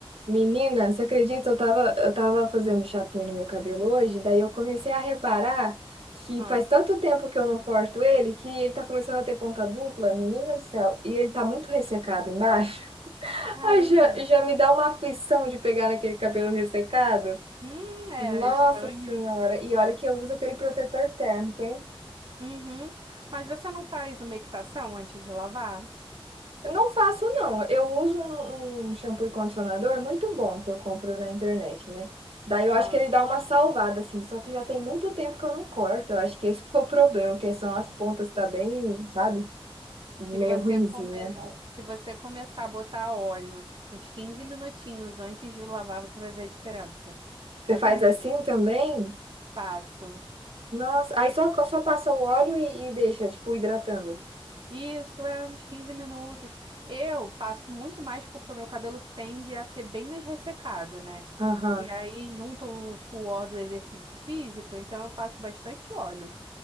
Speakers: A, on the right; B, on the right.
A: Menina, você acredita? Eu tava, eu tava fazendo chapinha no meu cabelo hoje, daí eu comecei a reparar que
B: Ah.
A: faz tanto tempo que eu não corto ele que ele tá começando a ter ponta dupla, menina do céu, e ele tá muito ressecado embaixo. <laughs>
B: Caramba.
A: Ai, já, já me dá uma aflição de pegar naquele cabelo ressecado.
B: Hum, é
A: Nossa
B: estranho.
A: Senhora! E olha que eu uso aquele protetor térmico, hein?
B: Uhum. Mas você não faz uma umectação antes de lavar?
A: Eu não faço, não. Eu uso um, um shampoo e condicionador muito bom que eu compro na internet, né? Daí eu
B: Ah.
A: acho que ele dá uma salvada, assim. Só que já tem muito tempo que eu não corto. Eu acho que esse foi o problema, que são as pontas tá bem, sabe? Meio
B: Se você
A: ruinzinha.
B: come... Se você começar a botar óleo uns 15 minutinhos antes de lavar, você vai ver a diferença.
A: Você
B: Vai
A: faz
B: por mim.
A: assim também?
B: Passo.
A: Nossa. Aí só, só passa o óleo e, e deixa, tipo, hidratando.
B: Isso, é uns quinze minutos. Eu passo muito mais porque o meu cabelo tende a ser bem mais ressecado, né?
A: Aham.
B: E aí junta o suor do exercício físico, então eu passo bastante óleo.